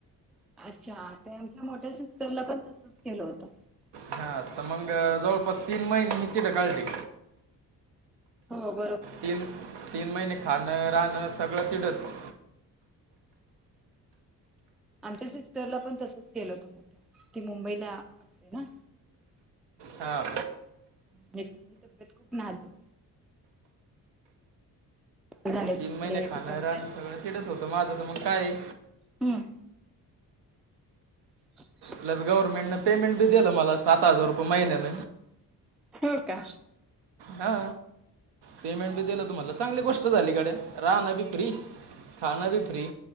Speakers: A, in the centre; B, on the right.
A: अच्छा ते आमच्या मोठ्या सिस्टरला पण तसच केलं होतं.
B: हा तर मंगळ जवळपास तीन महिने मी तिथे काढले.
A: हो बरोब
B: तीन तीन महिने खाणं राहणं सगळं तिथंच.
A: आमच्या सिस्टरला पण तसच केलं होत म्हण, ती मुंबईला असते ना.
B: हा.
A: तर तिची तब्येत खूप नाजूक. झाले
B: तीन
A: तिचे
B: महिने खाणं
A: तिच्या मुलांचे
B: राहणं सगळं तिथेच होतं माझं तर काय?
A: हम्म. <inaudible>
B: प्लस गव्हर्मेंटन पेमेंट पण. दिलं मला सात हजार रुपये महिन्यान.
A: होय का?
B: हा. पेमेंट भी दिल तर म्हणलं चांगली गोष्ट झाली गड्या, राहणं बी फ्री खान बी फ्री.